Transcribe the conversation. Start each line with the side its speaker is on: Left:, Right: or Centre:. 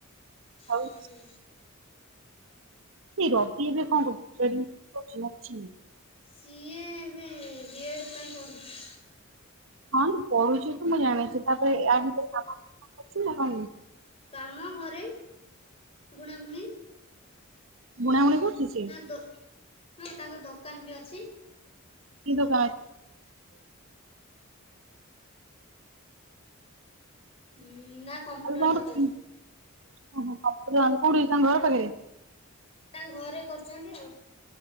Right: ଆଉ।
Left: ହୁଁ।
Right: ଏଇ ରକି ଏବେ କଣ କରୁଚି ଟ୍ରେନିଂ କରୁଚି ନା କିଛି ନାଇଁ?
Left: ସିଏ ଏବେ ଗେ <unintelligible> ପଢ଼ିଛି।
Right: ହଁ ପଢୁଚି ତ ମୁଁ ଜାଣିଚି ତାପରେ ଇଆ ଭିତରେ କାମ କଣ କରୁଚି ନାଁ କରୁନି?
Left: କାମ ଘରେ। ବୁଣାବୁଣି।
Right: ବୁଣାବୁଣି କରୁଚି ସିଏ?
Left: ନା ଦୋ ହଁ ତାଙ୍କ ଦୋକାନ ବି ଅଛି।
Right: କି ଦୋକାନ ଅ
Left: ଉ ନା କମ୍ପ୍ୟୁଟର
Right: ଆଉ ତାଙ୍କର
Left: ଦୋକାନ।
Right: <unintelligible> ଓ ହୋ ଠାକୁରାଣି କୋଉଠି ତାଙ୍କ ଘର ପାଖରେ?
Left: ତାଙ୍କ ଘରେ କରିଚନ୍ତି ଆଉ।